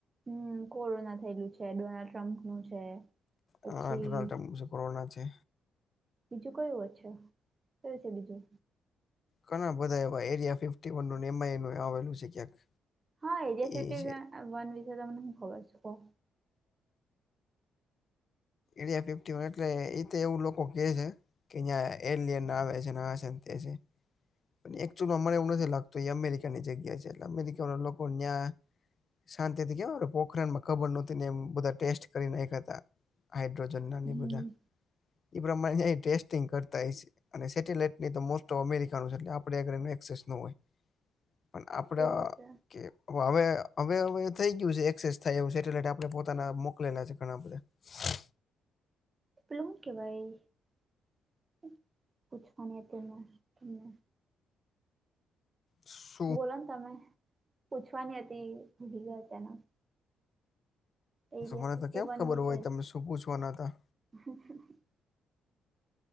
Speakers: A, on the right; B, on the left.
A: હમ્મ કોરોના થયેલું છે ડોનાલ્ડ ટ્રમ્પનું છે. પછી
B: હા ડોનાલ્ડ ટ્રમ્પ જે કોરોના છે
A: બીજું કયું હ છે કયુ છે બીજું
B: ઘણા બધા એવા એરિયા ફિફ્ટી વનનું એમાં એનું આવેલું છે ક્યાંક
A: હા એયા
B: એ
A: સુ
B: છે
A: વન વિશે તમને હું ખબર છે કોન
B: એડિયા ફિફ્ટી વન એટલે એ તો એવું લોકો કે છે કે અહીંયા એલિયન આવે છે આ છે તે છે પણ એકચુલ માં મને એવું નથી લાગતું એ અમેરિકાની જગ્યા છે એટલે અમેરિકાના લોકો ન્યા શાંતિ થી કેવા પોખરાણ માં કબર નોતી ને એ બધા ટેસ્ટ કરી નાખ્યા હતા. હાઇડ્રોજન ના
A: હમ
B: ને એ બધા એ પ્રમાણે ટેસ્ટિંગ કરતા છે અને સેટેલાઈટ ની તો મોસ્ટ ઓફ અમેરિકા આપ આપણે એકસેસ નો હોય પણ આપડે
A: એ રીતે
B: કે હવે હવે હવે થઈ ગયું છે એક્સેસ થાય એવુ સેટેલાઈટ આપણે પોતાના મોકલેલા છે ઘણા બધા <inaudible>
A: પેલું હું કેવાય ભાઈ પૂછવાની તમને
B: <inaudible>
A: બોલો ને તમે પૂછવાની હતી <unintelligible> તેના એરિયા
B: મને
A: ફિફ્ટી
B: તો કેમ
A: વન
B: ખબર
A: વિશે
B: હોય
A: જ
B: તમે શું પૂછવાના હતા
A: <inaudible>